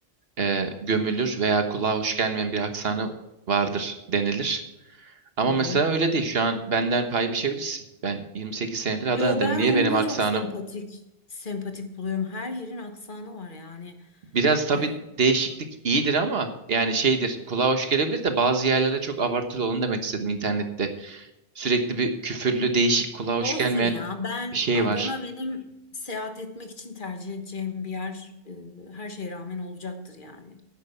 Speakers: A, on the right; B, on the left.
A: e, gömülür veya kulağa hoş gelmeyen bir aksanı vardır denilir. Ama
B: Hı hı.
A: mesela öyle değil. Şu an benden pay biçebilirsin. Ben 28 senedir Adana'dayım.
B: Yo ben
A: Niye
B: onu
A: benim
B: da
A: aksanım?
B: çok sempatik sempatik buluyorum. Her yerin aksanı var yani.
A: Biraz tabii
B: Ee,
A: değişiklik iyidir ama yani şeydir. Kulağa hoş gelebilir de bazı yerlere çok abartılı olun demek istedim internette. Sürekli bir küfürlü, değişik, kulağa
B: Olsun
A: hoş gelmeyen
B: ya. Ben
A: bir şey
B: Adana
A: var.
B: benim seyahat etmek için tercih edeceğim bir yer. e, her şeye rağmen olacaktır yani.